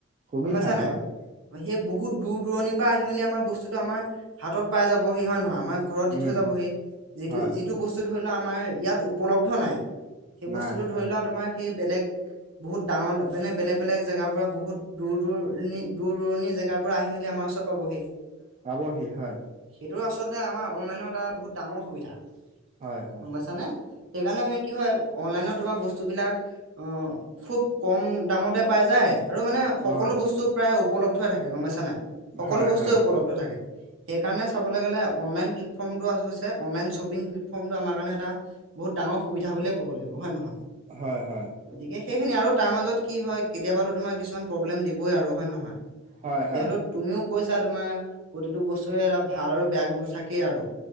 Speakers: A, on the right (about 30°); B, on the right (about 65°).
A: সুবিধা
B: গম পাইছা নাই
A: হয়।
B: সেই বহুত দূৰ দূৰণিৰ পৰা আহি মেলি আমাৰ বস্তুতটো আমাৰ হাতত পাই যাব সি হয় নহয় আমাৰ ঘৰত
A: উম,
B: দি থৈ যাবহি যিটো
A: হয়,
B: যিটো বস্তু ধৰি লোৱা আমাৰ ইয়াত উপলব্ধ নাই সেই
A: নাই
B: বস্তুতটো
A: হয়,
B: ধৰি লোৱা তোমাৰ সেই বেলেগ
A: <inaudible>
B: বহুত ডাঙৰ মানে বেলে বলেগেগাৰ পৰা বহুত দূৰ দূৰণি দূৰ দূৰণি জেগাৰ পৰা আহি মেলি আমাৰও পাবহি
A: আবহি হয়
B: এইটো আচলতে আমাৰ অনলাইনৰ এটা বহুত ডাঙৰ সুবিধা
A: হয়, হয়,
B: গম বাইছাানে সেইকাৰণে মানে কি হয় অনলাইনত তোমাৰ বস্তুবিলাক খুব কম দামতে পাই যায় আৰু মানে সকলো
A: অ',
B: বস্তু প্ৰায় উপলব্ধ থাকে গম পাইছা নাই সকলো
A: হয়,
B: বস্তুৱে
A: হয়,
B: উপলব্ধ থাকে। সেইকাৰণে চাবলৈ গলে অনলাইন প্লেটফৰ্ম টো হৈছে অনলাইন শ্বপিং প্লে ফৰ্মটো আম কাৰণে এটা বহুত ডাঙৰ সুবিধা বুলে ক'ব লাগিব হয় নহয়।
A: হয় হয়।
B: গতিকে সেইখিনি আৰু তাৰ মাজত কি হয় কেতিয়াবাতো তোমাৰ কিছুমান প্ৰব্লেম দিবই আৰু হয় নহয়।
A: হয়,
B: যিহেতু
A: হয়,
B: তুমিও কৈছা তোমাৰ প্ৰতিটো বস্তুৰে এটা ভাল আৰু বেয়া গন্টো থাকেই আৰু